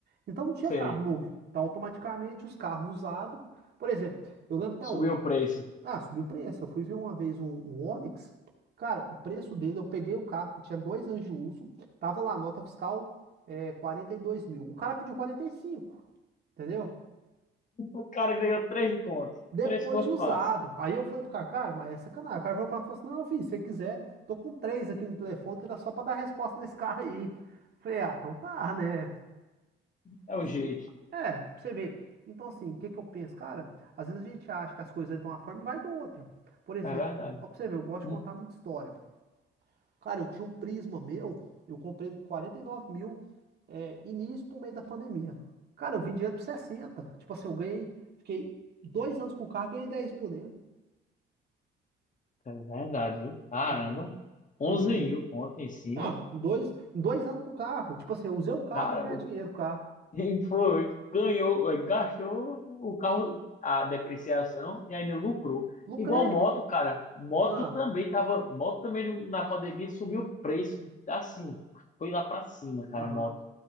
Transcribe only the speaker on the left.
Sei.
Subiu
o preço.
O cara ganhou três contos.
Três contos
passa.
É o
jeito.
É verdade.
Hum,
É verdade, viu? Caramba.
11
mil conto em cima.
Caramba.
Ele foi, ganhou, eh, gastou né, o carro, a depreciação e ainda lucrou.
Igual moto, cara. Moto
também tava. Moto também na pandemia subiu o preço assim. Foi lá pra cima, cara,
moto.